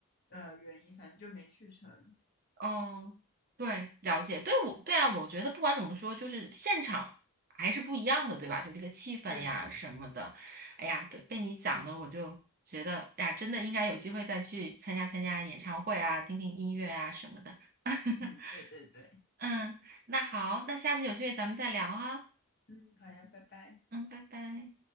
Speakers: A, on the left (about 45°); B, on the right (about 40°).
A: 呃原因，反正就没去成。
B: 嗯，对，了解，对我，对啊，我觉得不管怎么说，就是现场还是不一样的，对吧？就这个气氛呀什么的，
A: 对对对，
B: 哎呀，被被你讲的，我就觉得，哎呀，真的应该有机会再去参加参加演唱会啊，听听音乐啊什么的。<laughs>
A: 嗯，对对对，
B: 嗯，那好，那下次有机会咱们再聊哈。
A: 嗯，好呀，拜拜。
B: 嗯，拜拜。